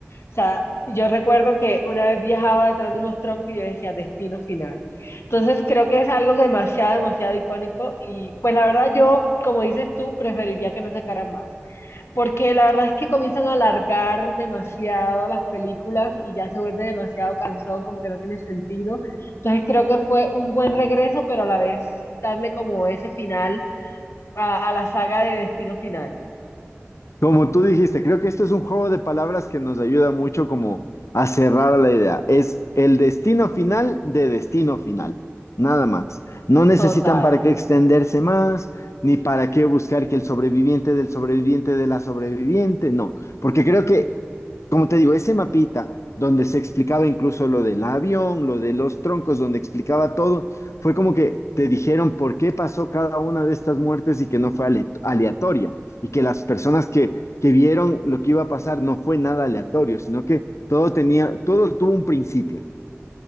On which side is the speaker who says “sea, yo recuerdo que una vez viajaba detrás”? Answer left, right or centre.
Left